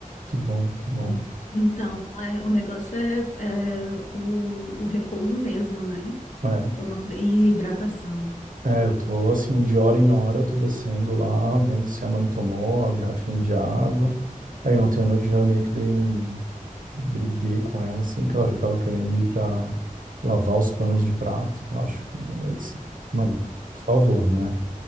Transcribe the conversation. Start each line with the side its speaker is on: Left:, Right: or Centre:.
Right: que bom, que bom.
Left: En- Então, é, o negócio é, é o, o repouso mesmo, né?
Right: É,
Left: Toma, cuida- e hidratação.
Right: é, eu tô assim, de hora em hora, eu tô descendo lá, vendo se a mãe tomou a garrafinha de água. Aí ontem à noite já meio que dei um... briguei com ela, assim, que ela já tava querendo ir pra lavar os panos de prato. Eu Acho que eu disse, mãe, por favor, né?